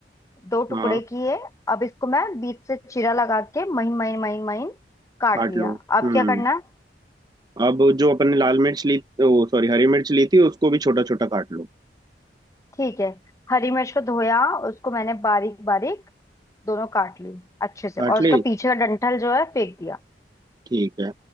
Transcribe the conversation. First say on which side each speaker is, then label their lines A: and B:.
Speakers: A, on the left; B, on the right.
A: दो टुकड़े
B: हाँ
A: किए अब इसको मैं बीच से चीरा लगा के महीन महीन महीन महीन काट
B: काट
A: लिया
B: लो
A: अब
B: हम्म
A: क्या करना है
B: अब जो अपन ने लाल मिर्च ली ओ सॉरी हरी मिर्च ली थी उसको भी छोटा छोटा काट लो
A: ठीक है हरी मिर्च को धोया उसको मैंने बारीक बारीक दोनों काट ली अच्छे से
B: काट
A: और उसका
B: ली
A: पीछे का डंठल जो है फेंक दिया
B: ठीक है